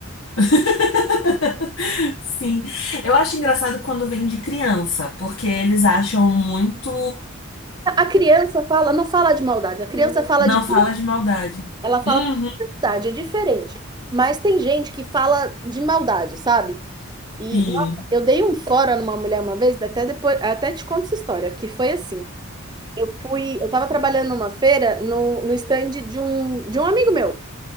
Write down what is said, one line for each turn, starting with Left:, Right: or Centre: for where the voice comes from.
Left: <laughs> Sim. Eu acho engraçado quando vem de criança, porque eles acham muito.
Right: A criança fala, não fala de maldade, a criança fala
Left: Não
Right: de cu,
Left: fala de maldade.
Right: ela fala
Left: Uhum.
Right: por maldade, é diferente. Mas tem gente que fala de maldade, sabe? E
Left: Sim.
Right: nossa, eu dei um fora numa mulher uma vez, até depois, até te conto essa história, que foi assim. Eu fui, eu tava trabalhando numa feira no, no stand de um, de um amigo meu.